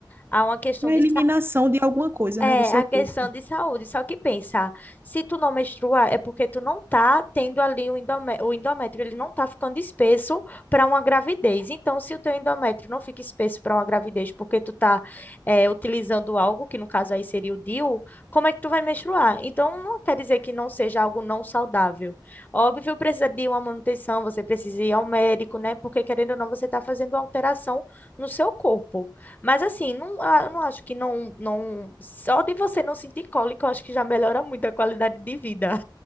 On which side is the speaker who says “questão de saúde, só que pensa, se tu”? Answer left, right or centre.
Left